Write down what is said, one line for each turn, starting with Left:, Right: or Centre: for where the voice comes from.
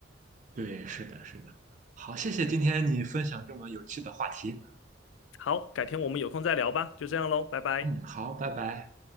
Right: 对，是的，是的。好，谢谢今天你分享这么有趣的话题。
Left: 好，改天我们有空再聊吧，就这样喽，拜拜。
Right: 嗯，好，拜拜。